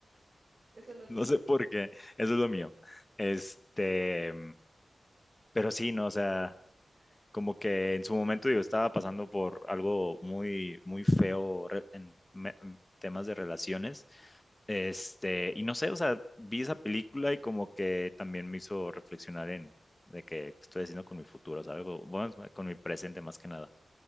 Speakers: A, on the right; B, on the left.
A: eso es lo tuyo.
B: No sé por qué, eso es lo mío. Este, pero sí, no, o sea, como que en su momento yo estaba pasando por algo muy, muy feo re- en me- en temas de relaciones. Este, y no sé, o sea, vi esa película y como que también me hizo reflexionar en de que qué estoy haciendo con mi futuro, ¿sabes? O, Bueno, con mi presente más que nada.